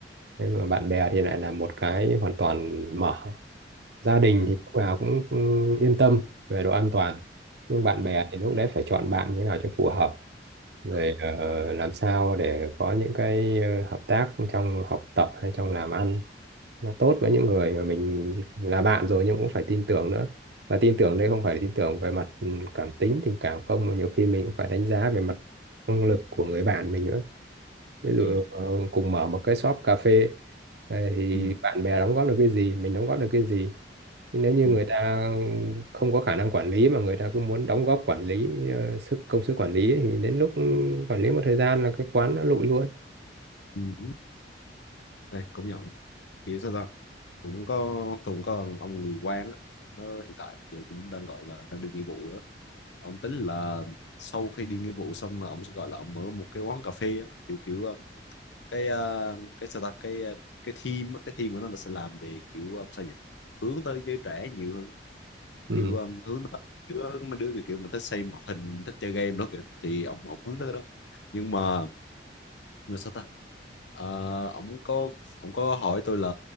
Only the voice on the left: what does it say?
ừ
ừ
được.
ừ
ừ
ừ
ừ Đây, công nhận kiểu sao ta cũng có cũng có ông người quan á nó hiện tại giờ cũng đang gọi là đang đi nghĩa vụ đó ông tính là sau khi đi nghĩa vụ xong là ông sẽ gọi là ông mở một cái quán cà phê á, kiểu kiểu um, cái uh, cái sao ta cái uh, cái team á, cái team của nó là sẽ làm về kiểu um, sao nhỉ hướng tới giới trẻ nhiều hơn
kiểu um, hướng tới đứa mấy đứa kiểu, kiểu mình thích xem hoạt hình thích chơi game đó kìa thì ông, ông hướng tới cái đó nhưng mà nhưng mà sao ta Ờ, ổng có ổng có hỏi tôi là